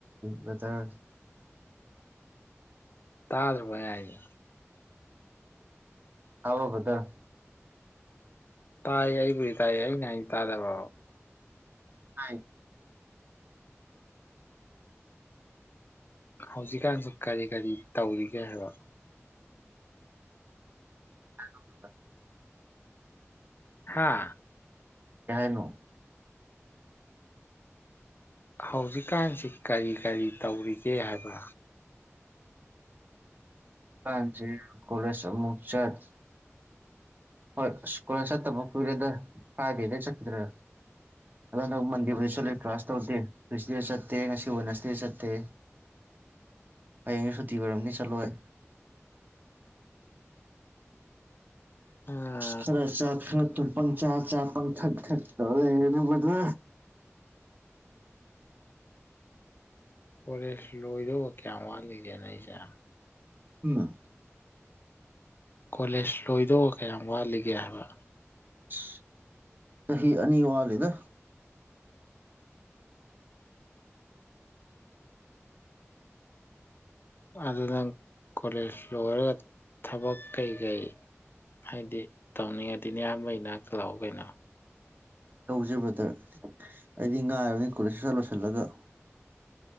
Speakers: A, on the right; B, on the left.
A: ꯕꯔꯗꯔ
B: ꯇꯥꯗꯔꯕꯣ ꯑꯩ ꯍꯥꯏꯖꯦ
A: ꯇꯥꯕꯔꯣ ꯕꯔꯗꯔ
B: ꯇꯥꯏꯌꯦ ꯑꯩꯕꯨꯗꯤ ꯇꯥꯏꯌꯦ ꯑꯩꯅ ꯍꯥꯏ ꯇꯥꯗꯕꯣ
A: ꯍꯥꯏ
B: ꯍꯧꯖꯤꯛꯀꯥꯟꯁꯤ ꯀꯔꯤ-ꯀꯔꯤ ꯇꯧꯔꯤꯒꯦ ꯍꯥꯏꯕ꯫
A: ꯍꯥ <inaudible>
B: ꯍꯥꯥ
A: ꯀꯩ ꯍꯥꯏꯅꯣ꯫
B: ꯍꯧꯖꯤꯛꯀꯥꯟꯁꯤ ꯀꯔꯤ-ꯀꯔꯤ ꯇꯧꯔꯤꯒꯦ ꯍꯥꯏꯕ꯫
A: <inaudible> ꯀꯣꯂꯦꯖ ꯑꯃꯨꯛ ꯆꯠ ꯍꯣꯏ ꯑꯁ ꯀꯣꯂꯦꯖ ꯆꯠꯇꯕ ꯀꯨꯏꯔꯦꯗ ꯐ꯭ꯔꯥꯏꯗꯩ ꯆꯠꯄꯗꯨꯅ꯫ ꯑꯗꯣ ꯍꯟꯛ ꯃꯟꯗꯦꯕꯣ ꯆꯠꯂꯦ ꯀ꯭ꯂ꯭ꯥꯁ ꯇꯧꯗꯦ ꯇꯨꯏꯁꯗꯦ ꯆꯠꯇꯦ ꯉꯁꯤ ꯋꯦꯠꯅꯦꯁꯗꯦ ꯆꯠꯇꯦ꯫
B: ꯎꯝ <inaudible>
A: ꯍꯌꯦꯡ ꯁꯨꯇꯤ ꯑꯣꯏꯔꯝꯅꯤ ꯆꯠꯂꯣꯏ꯫
B: ꯍꯥ <inaudible>
A: ꯈꯔ ꯆꯥ ꯈꯔ ꯇꯨꯝ ꯄꯪꯆꯥ ꯆꯥ ꯄꯪꯊꯛ ꯊꯛ ꯇꯩꯔꯒ ꯂꯩꯔꯦꯅ ꯑꯩꯈꯣꯏꯗꯤ꯫
B: ꯀꯣꯂꯦꯖ ꯂꯣꯏꯗꯧꯕ ꯀꯌꯥꯝ ꯋꯥꯠꯂꯤꯒꯦ ꯅꯪꯒꯤꯁꯦ꯫
A: ꯎꯝ꯫
B: ꯀꯣꯂꯦꯖ ꯂꯣꯏꯗꯣꯕ ꯀꯌꯥꯝ ꯋꯥꯠꯂꯤꯒꯦ ꯍꯥꯏꯕ꯫
A: ꯑꯁ ꯆꯍꯤ ꯑꯅꯤ ꯋꯥꯠꯂꯤꯗ꯫
B: ꯑꯗꯨ ꯅꯪ ꯀꯣꯂꯦꯖ ꯂꯣꯏꯔꯒ ꯊꯕꯛ ꯀꯩ-ꯀꯩ꯫ ꯍꯥꯏꯗꯤ ꯇꯧꯅꯤꯡꯉꯗꯤ ꯅꯌꯥꯝꯕꯩ ꯅꯥꯛꯇ ꯂꯥꯛ ꯎ ꯀꯩꯅꯣ꯫
A: ꯇꯧꯖꯤ ꯕ꯭ꯔꯗꯔ ꯑꯩꯗꯤ ꯉꯥꯏꯕꯅꯤ ꯀꯣꯂꯦꯖ ꯁꯠ-ꯁꯠ ꯂꯣꯏꯁꯤꯜꯂꯒ꯫